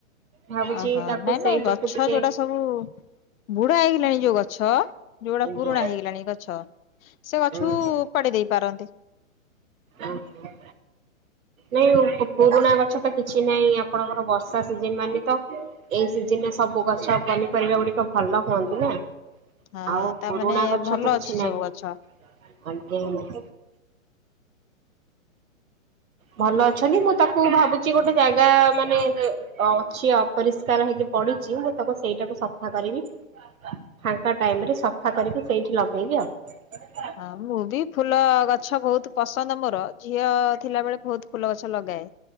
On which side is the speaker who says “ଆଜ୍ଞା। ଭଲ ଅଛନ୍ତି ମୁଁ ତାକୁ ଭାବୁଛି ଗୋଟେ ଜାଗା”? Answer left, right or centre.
Right